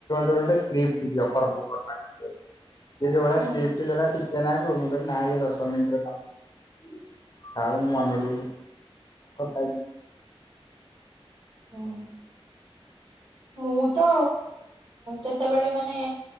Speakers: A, on the left (about 40°); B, on the right (about 50°).
A: ଗୋଟେ ସିପ୍ଟ ଦିଅ ପର୍ବପର୍ବାଣି ବିଷୟରେ ସେ ଯୋଉ ଭଳିଆ
B: ହୁଁ
A: ସ୍କ୍ରିପ୍ଟ ଦେଲା ଟିକେ ନାକୁ ମୁଁ ନାଇ ଏ ଦଶ ମିନିଟ ର କାମ ନୁହଁ ଥାଉ ମୁ ମନରୁ କଥା ହେଇ
B: ହୁଁ। ମୁଁ ତ ଯେତେବେଳେ ମାନେ